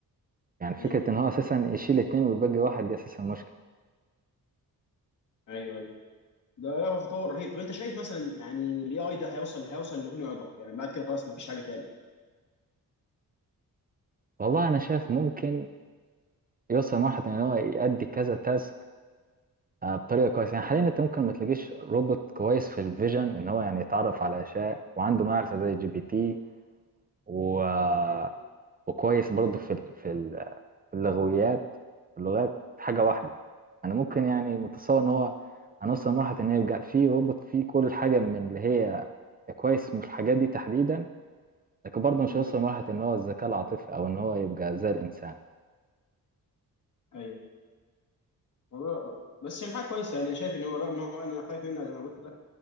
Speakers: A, on the right; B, on the left.
A: يعني فكرة
B: مم.
A: ان هو اساسا يشيل اتنين ويبقى واحد دي اساسا مشكلة
B: ايوه ايوه ده لا هو تطور رهيب طب انت شايف مثلا يعني الاي اي ده هيوصل هيوصل لفين ويقف يعني بعد كده خلاص ما فيش حاجه تاني
A: والله انا شايف ممكن يوصل واحد ان هو يأدي كذا تاسك آه، بطريقة كويسة يعني حاليا انت ممكن ما تلاقيش روبوت كويس في الفيجن ان هو يعني يتعرف على اشياء وعنده معرفة زي جي بي تي و آه،
B: مم.
A: وكويس برضه في ال- في ال- في اللغويات في اللغات في حاجة واحدة أنا ممكن يعني متصور إن
B: مم.
A: هو هنوصل لمرحلة إن يبقى في روبوت فيه كل حاجة من اللي هي كويس من الحاجات دي تحديدا لكن برضه مش
B: مم.
A: هيوصل لمرحلة إن هو الذكاء العاطفي أو إن هو يبقى زي الإنسان
B: ايوه والله- بس يعني حاجه كويسه يعني شايف ان هو رغم ان هو انا خايف منه زي ما قلت لك